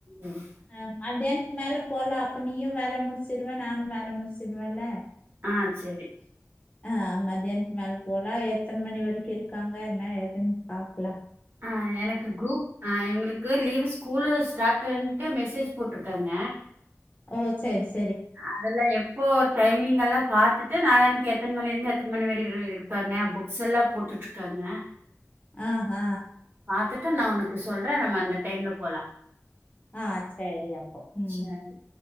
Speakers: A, on the right; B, on the left.
A: ம்
B: ஆ மதியானத்துக்கு மேல போலா அப்ப நீயும் வேல முடிச்சிடுவ நானும் வேல முடிச்சிடுவேல
A: ஆ செரி
B: ஆ மதியானத்க்கு மேல போலா எத்தன மணி வரைக்கும் இருக்காங்க என்ன ஏதுன்னு பாக்கலா
A: ஆ எனக்கு குரூப் ஆ இவங்களுக்கு லீவு ஸ்கூலு ஸ்டாட் டுன்ட்டு மெசேஜ் போட்ருக்காங்க
B: ஓ செஸ்
A: அதெல்லா எப்போ டைமிங் எல்லா பாத்துட்டு நாளானிக்கி எத்தன மணிலேந்து எத்தன மணி வரைக்கு இரு இருப்பாங்க புக்ஸ் எல்லா போட்டுட்ருக்காங்க
B: ஆஹ
A: கத்துட்டு நா உனக்கு சொல்றே நம்ம அந்த டைம்ல போலா
B: ஆ சேரி அப் ம்
A: சரி